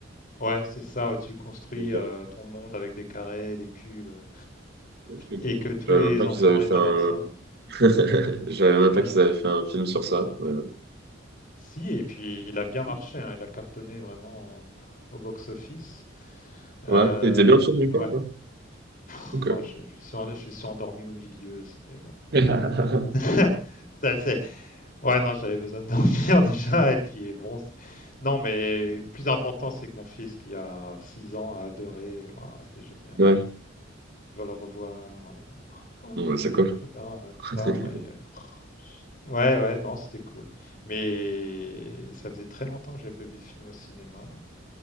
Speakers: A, on the left (about 45°); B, on the right (about 55°).
A: Ouais, c'est ça, où tu construis
B: Ok,
A: euh, ton monde avec des carrés, des cubes, euh,
B: ok, ok.
A: et que tous
B: Je savais
A: les
B: même pas
A: enfants,
B: qu'ils avaient fait
A: ils
B: un...
A: adorent ça.
B: <laughs> Je savais même pas
A: Ouais.
B: qu'ils avaient fait un film sur ça. Ouais,
A: Si, et puis il a bien marché, hein, il a cartonné vraiment en- au box-office. Euh,
B: ouais. il était bien le film, du coup,
A: ouais,
B: quoi.
A: Pff,
B: Ok.
A: oh, je, je suis, en- je suis endormi au milieu. C'était,
B: <laughs>
A: <laughs> c'était assez- Ouais, non, j'avais besoin de dormir <laughs> déjà, et puis bon, c'est- non, mais le plus important, c'est que mon fils, qui a 6 ans, a adoré. Waouh, c'était génial,
B: Ouais,
A: je vais le revoir. euh, Oh,
B: Bon, bah, c'est cool.
A: et cetera, et
B: <laughs>
A: cetera. Après, il y a- Ouais, ouais, non, c'était cool. Mais ça faisait très longtemps que j'avais pas vu de film au cinéma.